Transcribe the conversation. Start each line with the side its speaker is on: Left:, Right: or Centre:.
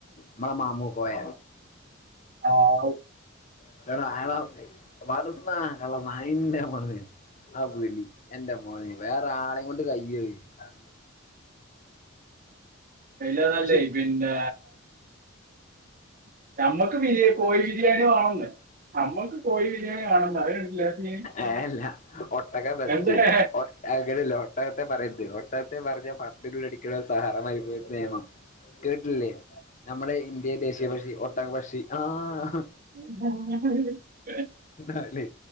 Left: മ്മളെ മാമുക്കോയ.
Right: ആഹു
Left: ന്റെടാ അയാളെ ബാലുസ്നാ കള്ള നായിന്റെ മോനെ ആ വിളി എന്റെ മോനെ വേറാളെക്കൊണ്ട് കയ്യോ അഹ്
Right: അയിലാറെ നല്ലെ
Left: പക്ഷെ
Right: പിന്നേ നമ്മക്ക് ബിരിയ കോഴി ബിരിയാണിമാണെന്ന് നമ്മക്ക് കോഴി ബിരിയാണി വേണമെന്ന് അവരുണ്ടല്ലോ
Left: ഏഹ് ഇല്ല ഒട്ടകാ ബെസ്റ്റ്.
Right: എന്താ
Left: ഒട്ട അങ്ങനെല്ല ഒട്ടകത്തെ പറയര്ത് ഒട്ടക ട്ടെ പർഞ്ഞാ പത്തിനുള്ളി അടിക്ക്ണ സാറാ മരുഭൂമിത്തെ നെയമം കേട്ടില്ലേ നമ്മള് ഇ ന്ത്യൻ ദേശീയ പക്ഷി ഒട്ടകപക്ഷി ആഹ്
Right: <unintelligible>
Left: അ ലെ